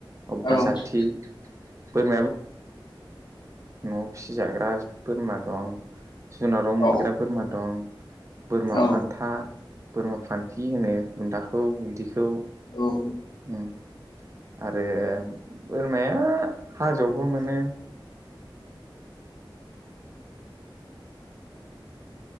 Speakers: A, on the right; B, on the left.
A: <unintelligible>
B: औ
A: न'आव फिसिजाग्रा बोरमा दं जुनाराव मोनग्रा
B: औ
A: बोरमा दं। बोरमा
B: औ
A: फान्था बोरमा फान्थि होनो बुन्दाखौ बुन्दिखौ।
B: औ
A: उ आरो बोरमाया हाजो आवबो मोनो।